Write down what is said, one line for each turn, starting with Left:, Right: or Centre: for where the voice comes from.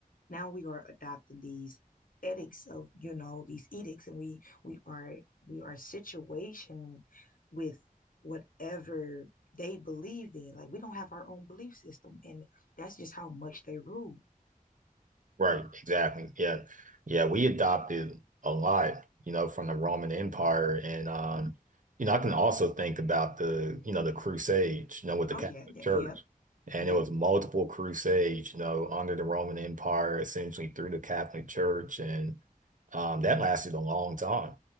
Left: Now we are adopting these ethics of, you know, these edicts and we we are we are situation with whatever they believed in. Like we don't have our own belief system and that's just how much they rule.
Right: Right, exactly. Yeah. Yeah, we adopted a lot, you know, from the Roman Empire and um
Left: Mhm.
Right: you know, I can also think about the, you know, the Crusades, you know, with the
Left: Oh
Right: Catholic
Left: yeah, yeah,
Right: Church.
Left: yeah,
Right: And
Left: yeah.
Right: it was multiple crusades, you know, under the Roman Empire, essentially through the Catholic Church and um that lasted a long time.